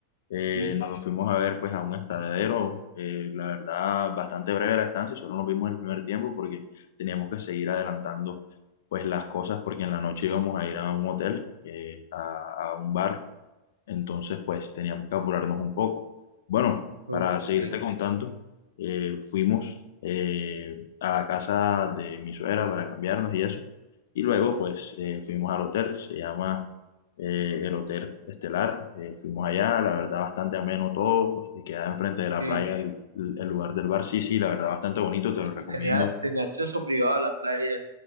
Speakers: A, on the left; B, on the right.
A: eh,
B: Sí,
A: nos fuimos a ver pues a un estadero, eh, la verdad bastante breve la estancia, solo nos vimos el primer tiempo porque teníamos que seguir adelantando pues las cosas porque en la noche íbamos a ir a un hotel, eh, a, a un bar entonces, pues teníamos que apurarnos un poco. Bueno,
B: ok,
A: para
B: ok.
A: seguirte contando, eh, fuimos eh, a la casa de mi suegra para cambiarnos y eso. Y luego, pues eh, fuimos al hotel, se llama eh, el Hotel Estelar. Eh, fuimos allá, la verdad, bastante ameno todo. pues, y Quedaba enfrente de la
B: Sí,
A: playa el, el lugar del bar. Sí, sí, la verdad, bastante bonito,
B: y
A: te
B: te-
A: lo recomiendo.
B: y tenía, tenía acceso privado a la playa